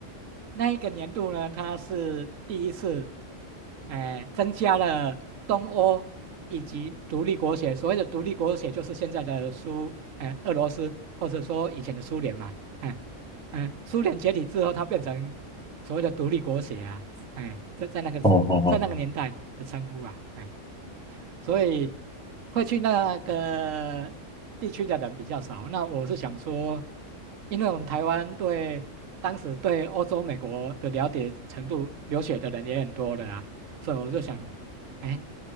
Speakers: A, on the right; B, in the centre.
A: 那一个年度呢，它是第一次，哎、增加了东欧以及独立国协。所谓的独立国协，就是现在的苏，哎、俄罗斯或者说以前的苏联嘛，哎、哎、苏联解体之后，它变成所谓的独立国协啊，哎、在在那个在那个年代的称呼啊，
B: 哦哦哦，
A: 哎所以会去那个地区的人比较少。那我是想说，因为我们台湾对当时对欧洲、美国的了解程度，留学的人也很多的啊，所以我就想，哎，